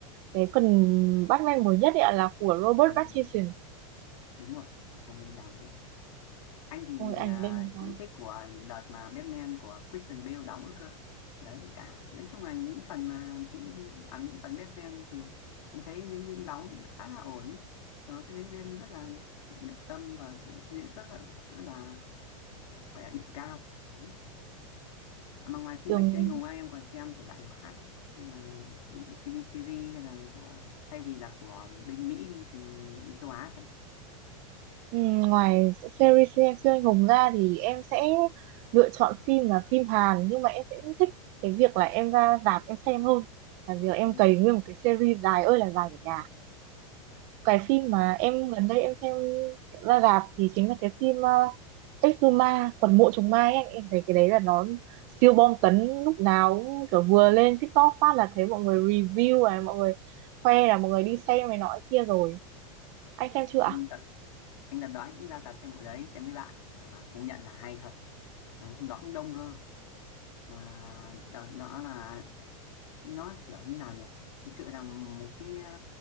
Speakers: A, on the right; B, on the left.
A: cái phần Batman mới nhất ấy ạ là của Robert
B: à
A: Pattinson.
B: đúng đúng rồi anh ấy đóng anh thì
A: Ôi anh
B: à,
A: lên dài
B: cũng thích của đợt mà Batman của Christian Bale đóng nữa cơ đấy cả nói chung là những phần mà diễn viên à, những phần Batman thì anh thấy diễn viên đóng khá là ổn ấy Đó, cái diễn viên rất là nhập tâm và cái diễn xuất là rất là gọi là đỉnh cao đấy mà ngoài phim
A: đường
B: anh siêu anh hùng ấy, em còn xem thể loại nào khác không? như là phim TV series hay là của thay vì là của bên Mỹ đi thì bên châu Á chẳng hạn
A: Ừ, ngoài series siêu siêu anh hùng ra thì em sẽ lựa chọn phim là phim Hàn nhưng mà em sẽ thích cái việc là em ra rạp em xem hơn là việc em
B: ừ.
A: cày nguyên một cái series dài ơi là dài của nhà cái phim
B: ừ.
A: mà em gần đây em xem ra rạp thì chính là cái phim uh, Exuma quần mộ trùng mai ấy. anh em thấy cái đấy là nó siêu bom tấn lúc nào cũng kiểu vừa lên TikTok phát là thấy mọi người review này mọi người khoe là mọi người đi xem này nọ kia rồi anh xem chưa
B: anh
A: ạ
B: đặt anh đặt đó anh cũng ra cả xem bộ đấy xem với bạn mà công nhận là hay thật mà hôm đó cũng đông cơ mà đợt đó là nó kiểu như nào nhỉ thực sự là một cái ờ,